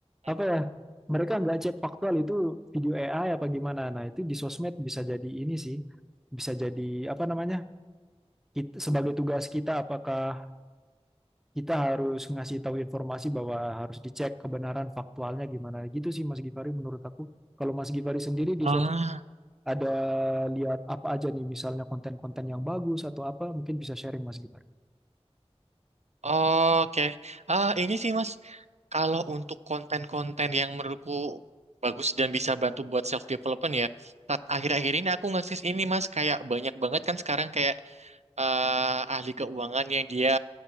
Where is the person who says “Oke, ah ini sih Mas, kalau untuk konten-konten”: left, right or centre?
Right